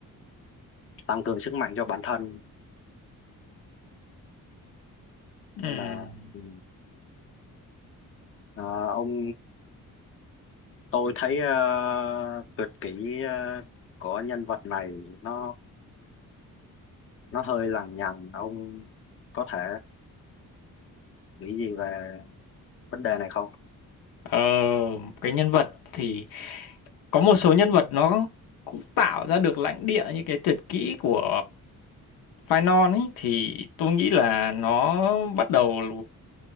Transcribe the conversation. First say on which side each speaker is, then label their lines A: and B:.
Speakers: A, on the left; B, on the left.
A: tăng cường sức mạnh cho bản thân
B: Ừm,
A: nên là ừ, à, ông tôi thấy ờ, tuyệt kỹ ờ, của nhân vật này nó nó hơi lằng nhằng ông có thể nghĩ gì về vấn đề này không
B: ờ, cái nhân vật thì có một số nhân vật nó cũng tạo ra được lãnh địa như cái tuyệt kỹ của Phainon ấy thì tôi nghĩ là nó bắt đầu